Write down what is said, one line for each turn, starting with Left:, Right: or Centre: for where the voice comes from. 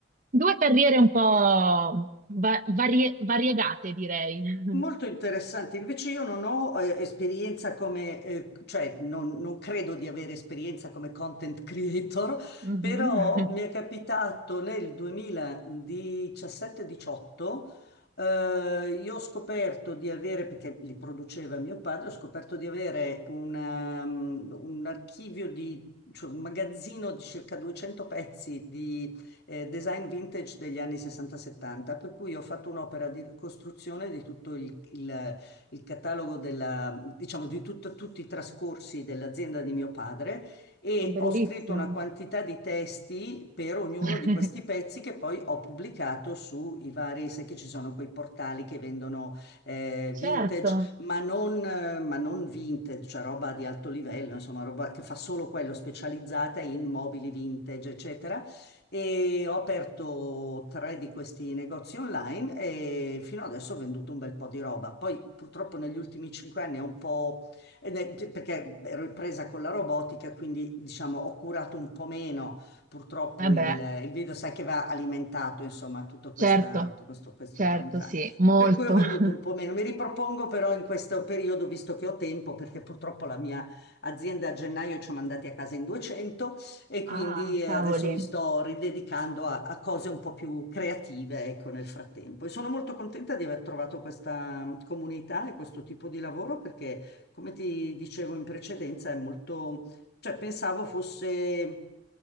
Right: due carriere un po' va- varie- variegate, direi. <laughs>
Left: Molto interessante, invece io non ho eh, esperienza come, eh, cioè non, non credo di avere esperienza come content creator,
Right: Mhm.
Left: però mi è capitato nel 2017-18, eh, io ho scoperto di avere, perché li produceva mio padre, ho scoperto di avere un, um, un archivio di, cioè un magazzino di circa 200 pezzi di eh, design vintage degli anni 60-70, per cui ho fatto un'opera di ricostruzione di tutto il, il- il catalogo della, diciamo, di tutto- tutti i trascorsi dell'azienda di mio padre e
Right: Ma Bellissimo.
Left: ho scritto una quantità di testi per ognuno
Right: <laughs>
Left: di questi pezzi che poi ho pubblicato sui vari, sai che ci sono quei portali che vendono eh,
Right: Certo,
Left: vintage, ma non, eh, ma non vintage, cioè roba di alto livello, insomma, roba che fa solo quello, specializzata in mobili vintage, eccetera. E ho aperto tre di questi negozi online e fino adesso ho venduto un bel po' di roba. Poi purtroppo negli ultimi cinque anni ho un po', eh, ne- perché ero presa con la robotica, quindi diciamo ho curato un po' meno purtroppo
Right: vabbè,
Left: il, il video, sai che va alimentato, insomma, tutto questa,
Right: certo,
Left: tutto questo, questo
Right: certo,
Left: tran tran.
Right: sì, molto.
Left: Per cui ho venduto
Right: <laughs>
Left: un po' meno. Mi ripropongo però in questo periodo, visto che ho tempo, perché purtroppo la mia azienda a gennaio ci ha mandati a casa in 200 e quindi
Right: Ah,
Left: eh,
Right: cavoli.
Left: adesso mi sto ridedicando a, a cose un po' più creative, ecco, nel frattempo. E sono molto contenta di aver trovato questa mm, comunità e questo tipo di lavoro perché, come ti dicevo in precedenza, è molto, cioè pensavo fosse,